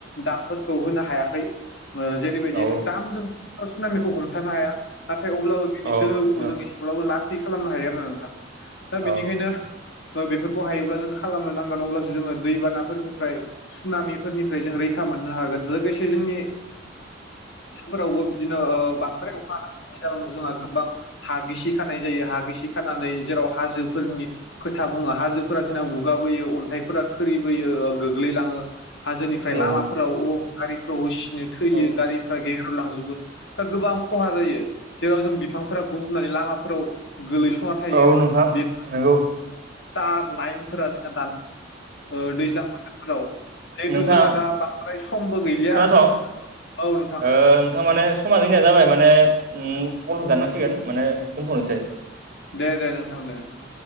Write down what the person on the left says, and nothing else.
दामफोरखौ होनो हायाखै ओ जेरैबायदिनो
दाम जों सुनामिखौ हमथानो हाया नाथाय अब्लाबो बिनि
दोहौखौ
जों एसेब्लाबो लासै खालामनो हायो आरो ना नोंथां। दा
बिनिखायनो ओ बेफोरखौ हायोब्ला जों खालामनो नांगोन अब्लासो जोंङो दैबानाफोरनिफ्राय सुनामिफोरनिफ्राय जों रैखा मोननो हागोन लोगोसे जोंनि फोरावबो बिदिनो ओ बांद्राय अखा हानायनि जाउनाव जोंहा गोबां हा गिसि खानाय जायो हा गिसि खानानै जेराव हाजोफोरनि खोथा बुङा हाजोफोरा जोंना गुगाबोयो अन्थाइफोरा खोरिबोयो ओ गोग्लैलाङो। हाजोनिफ्राय
लामाफोराव अं गारिफोराव होसिनो थैयो
गारि गेग्रेबलांजोबो दा गोबां खहा जायो जेराव जों बिफांफोरा गुबुननानै लामाफोराव गोलैस'ना थायो।
बे
तार लाइनफोरा जोंना दान ओ दैज्लां बोथोरफोराव जिहेथु
जोंहा दा बां द्राय समबो गैलिया
औ नोंथां।
दे दे नोंथां दे औ।